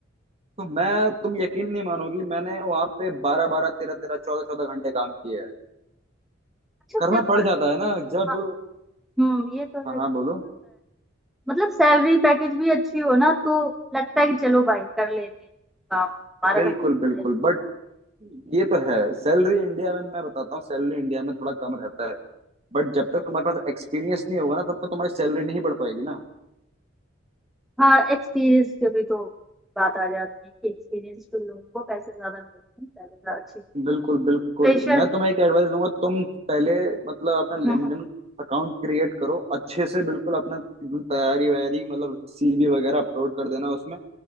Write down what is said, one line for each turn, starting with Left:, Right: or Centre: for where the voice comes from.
Right: तो मैं तुम यकीन नहीं मानोगी मैंने वहां पे बारह बारह तेरह तेरह चौदह चौदह घंटे काम किए है
Centre: अच्छा
Right: करना
Centre: देखो
Right: पड़ जाता है ना जब
Centre: हाँ, हम्म ये तो
Right: हाँ
Centre: है
Right: हाँ बोलो
Centre: मतलब सैलरी पैकेज भी अच्छी हो ना तो लगता है कि चलो भाई कर लेते हैं काम बारह
Right: बिल्कुल
Centre: घंटे का
Right: बिल्कुल
Centre: है।
Right: बट ये तो है सैलरी इंडिया में मैं बताता हूँ सैलरी इंडिया में थोड़ा कम रहता है बट जब तक तुम्हारे पास एक्सपीरियंस नहीं होगा ना तब तक तुम्हारी सैलरी नहीं बढ़ पाएगी ना
Centre: हाँ एक्सपीरियंस पे भी तो बात आ जाती है कि एक्सपीरियंस तो लोगों को पैसे ज्यादा मिलते हैं सैलरी ज्यादा अच्छी
Right: बिल्कुल बिल्कुल
Centre: प्रेशर
Right: मैं तुम्हें एक एडवाइस दूंगा तुम पहले मतलब अपना
Centre: हम्म
Right: लिंक्डइन
Centre: हम्म
Right: अकाउंट क्रिएट करो अच्छे से बिल्कुल अपना एकदम तैयारी वैयारी मतलब सीवी वगैरह अपलोड कर देना उसमें